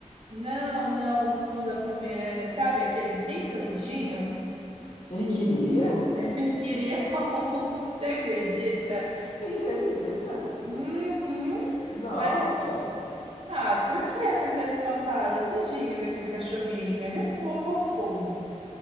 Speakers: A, on the right; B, on the left.
A: Não, não, Lulu da Pomerânia, sabe? Aquele bem peludinho.
B: Ele queria?
A: <laughs> Ele queria um, <laughs> você acredita?
B: <laughs> Tem certeza?
A: Uhum.
B: Nossa!
A: Mas, ah, por que você tá espantado? Tadinho daquele cachorrinho, ele é fofo.